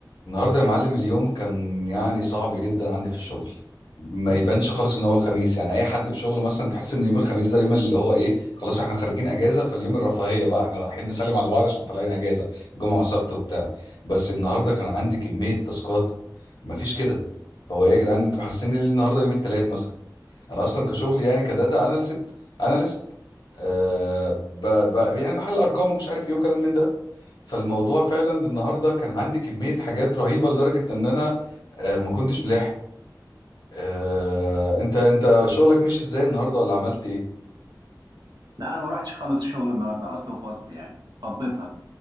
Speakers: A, on the left (about 70°); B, on the right (about 70°).
A: النهارده يا معلم اليوم كان يعني صعب جدا عندي في الشغل ما يبانش خالص ان هو الخميس يعني اي حد في شغله مثلا تحس ان يوم الخميس ده يوم اللي هو ايه خلاص احنا خارجين اجازه فاليوم الرفاهيه بقى احنا رايحين نسلم على بعض عشان طالعين اجازه جمعه وسبت وبتاع بس النهارده كان عندي كميه تاسكات مفيش كده هو ايه يا جدعان انتوا محسسين ليه النهارده يوم الثلاث مثلا انا اصلا كشغلي يعني كداتا اناليست اناليست آه ب... ب... يعني بحل ارقام ومش عارف ايه وكلام من ده فالموضوع فعلا النهارده كان عندي كميه حاجات رهيبه لدرجه ان انا آه ما كنتش ملاحق آه انت انت شغلك مشي ازاي النهارده ولا عملت ايه
B: لا انا ما رحتش خالص الشغل النهارده اصل وفصل يعني فضيتها